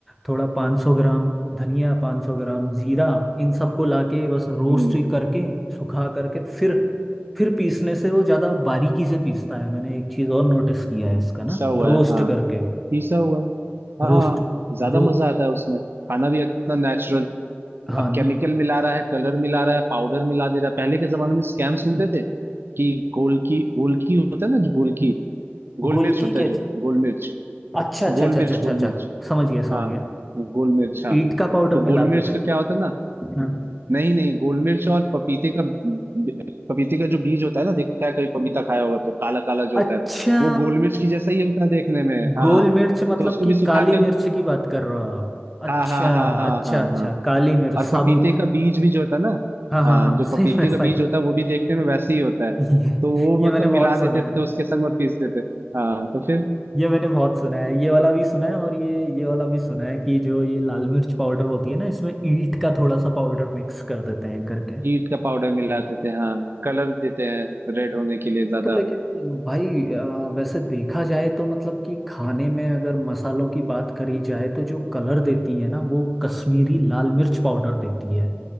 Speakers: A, in the centre; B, on the right.
A: थोड़ा 500 ग्राम धनिया 500 ग्राम जीरा इन सबको लाके बस रोस्ट
B: हम्म
A: ही करके सुखा करके फिर फिर पीसने से वो ज्यादा बारीकी से पीसता है मैंने एक चीज और नोटिस किया है इसका
B: पिसा
A: ना
B: हुआ
A: रोस्ट
B: है हाँ
A: करके
B: पिसा हुआ है हाँ
A: रोस्ट
B: ज्यादा
A: रो
B: मजा आता है उसमें खाना भी इतना नेचुरल
A: हाँ
B: अब
A: न-
B: केमिकल मिला रहा है कलर मिला रहा है पाउडर मिला दे रहा है पहले के जमाने में स्कैम सुनते थे कि गोल की गोल की होता है ना जो गोल की गोल
A: गोलकी
B: मिर्च होता
A: के
B: है जो गोल मिर्च
A: अच्छा अच्छा
B: गोल
A: अच्छा
B: मिर्च
A: अच्छा अच्छा
B: गोल
A: अच्छा
B: मिर्च
A: समझ गया
B: हाँ
A: समझ गया
B: गोल मिर्च हाँ
A: ईट का पाउडर
B: तो गोल
A: मिलाते
B: मिर्च का
A: थे
B: क्या होता है ना
A: हाँ
B: नहीं नहीं गोल मिर्च और पपीते का पपीते का जो बीज होता है ना देखा है कभी पपीता खाया होगा तो काला काला जो होता
A: अच्छा
B: है वो गोल मिर्च की जैसा ही होता है देखने में हाँ
A: गोल मिर्च मतलब
B: तो उसको
A: कि
B: भी सुखा
A: काली
B: के
A: मिर्च की बात कर रहे हो आप
B: हाँ
A: अच्छा
B: हाँ हाँ हाँ
A: अच्छा
B: हाँ
A: अच्छा
B: हाँ
A: काली मिर्च
B: और
A: साबुत
B: पपीते का बीज भी जो होता है ना
A: हाँ हाँ
B: हाँ
A: हाँ
B: जो
A: सही
B: पपीते
A: में सही
B: का बीज होता है वो भी देखने में वैसे ही होता है
A: ये,
B: तो वो
A: ये
B: मतलब
A: मैंने बहुत
B: मिला देते
A: सुना
B: थे
A: है
B: उसके संग और पीसते थे हाँ तो फिर
A: ये मैंने बहुत सुना है ये वाला भी सुना है और ये ये वाला भी सुना है कि जो ये लाल मिर्च पाउडर होती है ना इसमें ईंट का थोड़ा सा पाउडर मिक्स कर देते हैं करके
B: ईंट का पाउडर मिलाते थे हाँ कलर देते हैं रेड होने के लिए ज्यादा
A: तो लेकिन भाई अ, वैसे देखा जाए तो मतलब कि खाने में अगर मसालों की बात करी जाए तो जो कलर देती है ना वो कश्मीरी लाल मिर्च पाउडर देती है